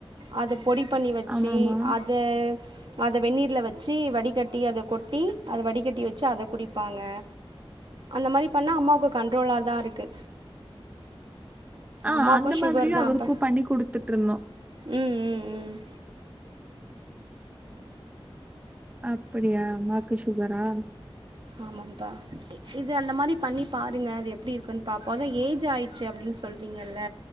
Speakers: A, on the right; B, on the right.
A: அத பொடி பண்ணி வச்சு
B: ஆமாமா.
A: அ அத வெண்ணிர்ல வச்சி வடிகட்டி அத கொட்டி அத வடிகட்டி வச்சி அத குடிப்பாங்க அந்த மாதுரி பண்ண அம்மாகு கண்ட்ரோளா தா இருக்கு
B: ஆ
A: அம்மாவுக்கு
B: அந்த
A: சுகர்
B: மாதிரியு
A: தா
B: அவருக்கு
A: அப்ப
B: பண்ணி குடுத்துட்ருந்தோ
A: ம் ம் ம்
B: அப்பிடியா அம்மாக்கு சுகரா
A: ஆமாப்பா இது அந்த மாரி பண்ணி பாருங்க அது எப்டி இருக்குன் பாப்போ ஆனா ஏஜ் ஆயிடுச்சு அப்டின் சொல்றீங்கல்ல